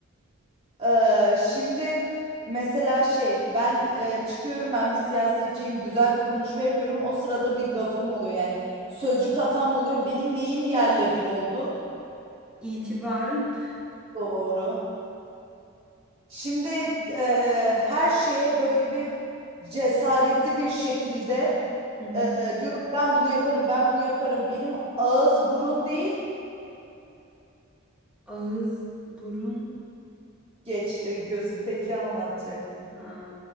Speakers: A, on the right; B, in the centre.
A: Eee, şimdi mesela şey ben eee, çıkıyorum ben bir siyasetçiyim güzel bir konuşma yapıyorum. O sırada bir gafım oluyor yani sözcük hatam oluyor. Benim neyim yerle bir oldu?
B: İtibarın.
A: Doğru. Şimdi eee, her şeye böyle bir cesaretli bir şekilde
B: <laughs> Hı hı.
A: Ee, diyorum ben bunu yaparım, ben bunu yaparım. Benim ağız burun değil.
B: Ağız, burun,
A: Geçti gözü peki anlatacaktım.
B: ha,